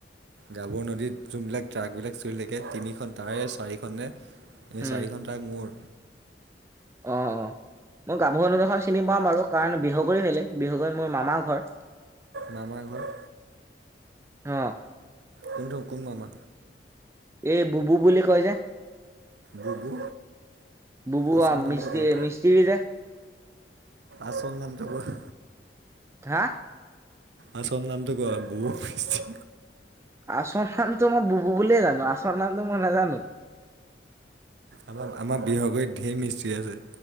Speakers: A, on the right; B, on the right.
A: গাভৰ নদীত যোনবিলাক ট্ৰাকবিলাক চৰি থাকে তিনিখন তাৰে চাৰিখনে
B: উম
A: চাৰিখন ট্ৰাক মোৰ।
B: অ', অ'। মই গাভৰু নদীখন চিনি পাওঁ বাৰু কাৰণ বিহগুৰী ফালে বিহগুৰীত মোৰ মামাৰ ঘৰ।
A: মামা ঘৰ?
B: অ'।
A: কোনটো কোন মামা?
B: এই বুবু বুলি কয় যে।
A: বুবু
B: বুবু
A: আচল
B: বা
A: নামটো
B: মিস্ত্রী
A: কোৱা
B: মিস্ত্রী যে।
A: আচল নামতো কোৱা।
B: হা?
A: আচল নামটো কোৱা, বুবু মিস্ত্রি
B: আচল নামটো মই বুবু বুলিয়ে জানো আচল নামটো মই নাজানো।
A: আমাৰ আমাৰ বিহগুৰিত ধে মিস্ত্ৰী আছে।